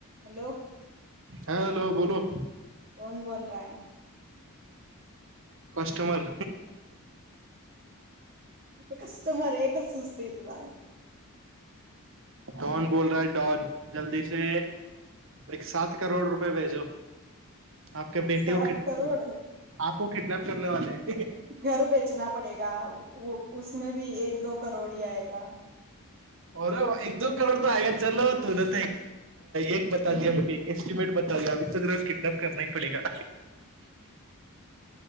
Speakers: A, on the right; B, on the right.
A: Hello.
B: Hello बोलो
A: कोण बोलराय.
B: कस्टमर.
A: एक कस्टमर आहे. कस सूचते तला
B: डॉन बोल रहा है डॉन. जलदीसे. एक सात करोड रुपये. भेजो. आपके बेटे
A: सात
B: को क
A: करोड
B: आप की किडनॅप. करणे वाले है.
A: घर बेचना पडेगा. उसमे भी एक दो करोड आयेगा.
B: र एक दो करोड आग चल तु न एक बता द एक एस्टिमेट ब द अ. <inaudible> किडन्याप करणा ही पडेगा